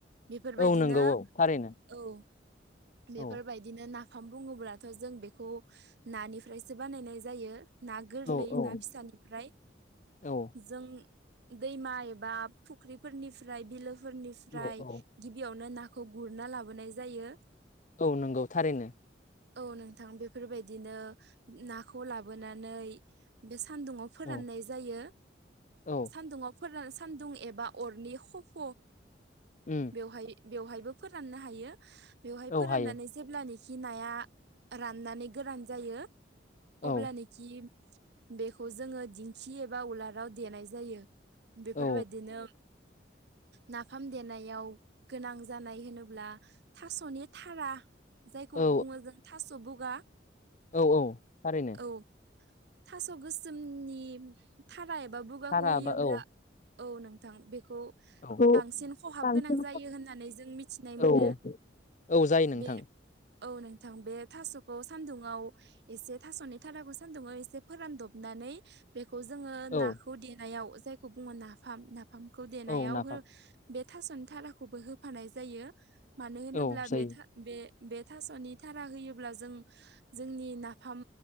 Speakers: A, on the right; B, on the left.
A: बेफोरबायदिनो
B: औ नंगौ औ थारैनो
A: औ बेफोरबायदिनो
B: औ
A: नाफाम बुङोब्लाथ' जों बेखौ नानिफ्रायसो बानायनाय जायो। ना गोरलै
B: औ औ
A: ना फिसानिफ्राय
B: औ
A: जों दैमा एबा फुख्रिफोरनिफ्राय बिलोफोरनिफ्राय
B: औ औ
A: गिबियावनो नाखौ गुरना लाबोनाय जायो।
B: औ नंगौ थारैनो।
A: औ नोंथां बेफोरबायदिनो नाखौ लाबोनानै बे सान्दुुंाव फोराननाय
B: औ
A: जायो
B: औ
A: सान्दुाव फोरान सान्दुं एबा अरनि खफ'
B: उम
A: बेवहाय बेवहायबो फोराननो हायो बेवहाय
B: औ
A: फोराननानै
B: हायो
A: जेब्लानिख खि नाया राननानै गोरान जायो
B: औ
A: अब्लानोखि बेखौ जोङो दिंखि एबा उलाराव देनाय जायो। बेफोरबायदिनो
B: औ
A: नाफाम देनायाव गोनां जानाय होनोब्ला थास'नि थारा। जायखौ
B: औ
A: बुङो जों थास' बुगा
B: औ औ थारैनो।
A: औ थास' गोसोमनि थारा एबा बुगाखौ
B: थारा
A: होयोब्ला
B: बा औ
A: औ नोंथां बेखौ
B: औ
A: बांसिन हाब
B: बांसिन
A: गोनां जायो होननानै जों मिथिनाय मोन
B: औ औ जायो नोंथां
A: बे औ नोंथां बे थास'खौ सान्दुुंआव एसे थास'नि थाराखौ सान्दुुङाव एसे फोरानदबनानै बेखौ जोङो
B: औ
A: नाखौ देनायाव जायखौ बुङो नाफाम ना? फामखौ देनायाव
B: औ नाफाम
A: हो बे थास'नि थाखौबो होफानाय जायो मानो होनोब्ला
B: औ जायो
A: बे बे बे थास'नि थारा होयोब्ला जों जोंनि नाफाम